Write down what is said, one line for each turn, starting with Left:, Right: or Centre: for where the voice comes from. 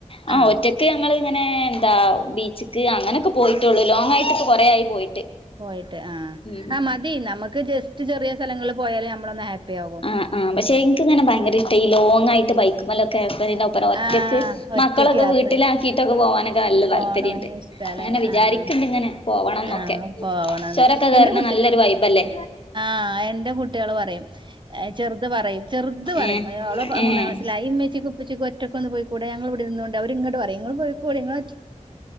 Left: ആഹാ
Right: ആഹ്
Left: ഒറ്റക്ക്‌- ക്ക് ഞങ്ങളിങ്ങനെ എന്താ ബീച്ച്ക്ക് അങ്ങനെയൊക്കെ പോയിട്ടുള്ളു ലോങ് ആയിട്ട് ഇപ്പോ കൊറെയായി പോയിട്ട്
Right: പോയിട്ട് ആഹ്.
Left: ഉം
Right: ആ മതി നമുക്ക് ജസ്റ്റ് ചെറിയ സ്ഥലങ്ങളിൽ പോയാല് നമ്മളൊന്ന് ഹാപ്പി ആകും
Left: അ ആഹ് പക്ഷെ ഇൻക്ക്ങ്ങനെ ഭയങ്കര ഇഷ്ട ഈ ലോങ്ങായിട്ട് ബൈക്ക്മ്മലൊക്കെ <unintelligible> ഗം. പറ ഒറ്റക്ക്
Right: ആഹ് ഒറ്റക്ക്
Left: മക്കളൊക്കെ
Right: യാത്ര
Left: വീട്ടിലാ ക്കീട്ടൊക്കെ പോകാനൊക്കെ നല്ല
Right: പോണ
Left: താല്പര്യംണ്ട്
Right: ഇഷ്ടല്ലേ
Left: അങ്ങനെ വിചാരിക്ക്ണ്ട്
Right: ആഹ്
Left: ഇങ്ങനെ പോവണംന്നൊക്കെ
Right: ആഹ് പോവണംന്ന്
Left: ചൊരൊക്കെ കേറ്ണത്
Right: എന്റെ കുട്ടി
Left: നല്ലൊരു വൈബല്ലേ
Right: ആഹ് എന്റെ കുട്ടിയേള് പറിം ചെറുത് പറയും ചെറുത് പറയും
Left: ഏഹ്
Right: ഓള്
Left: ഏഹ്
Right: മൂന്നാ ക്ലാസിലാ ഈ ഇമ്മച്ചിക്കും ഇപ്പച്ചിക്കും ഒറ്റക്കൊന്ന് പോയി കൂടെ ഞങ്ങള് വിടിര്ന്നോണ്ട് അവരിങ്ങട്ട് പറിം ങ്ങൾ പൊയ്ക്കോളി ങ്ങളറ്റ്